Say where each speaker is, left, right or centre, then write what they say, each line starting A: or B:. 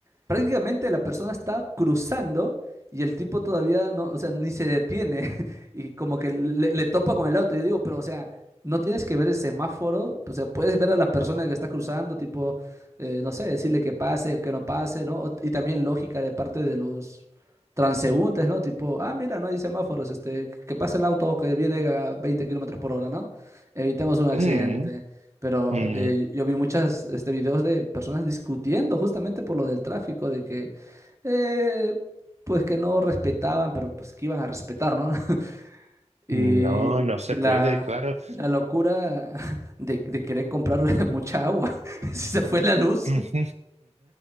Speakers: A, on the right (about 25°); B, on the right (about 70°).
A: prácticamente la persona está cruzando y el tipo todavía no, o sea, ni se detiene <laughs> y como que le, le topa con el auto. Yo digo, pero o sea, no tienes que ver el semáforo, o sea, puedes ver a la persona que está cruzando, tipo, eh, no sé, decirle que pase o que no pase, ¿no? O- y también lógica de parte de los transeúntes, ¿no? Tipo, ah, mira, no hay semáforos, este, que que pase el auto que viene a 20 kilómetros por hora, ¿no? evitemos un accidente.
B: Mm,
A: Pero
B: mm.
A: eh, yo vi muchas este, videos de personas discutiendo justamente por lo del tráfico, de que eh, pues que no respetaban, pero pues que iban a respetar, ¿no? <laughs> Y,
B: No, no se
A: y la,
B: puede, claro.
A: y la locura <laughs> de, de querer comprar <laughs> mucha agua. <laughs> Si se fue la luz,
B: <laughs>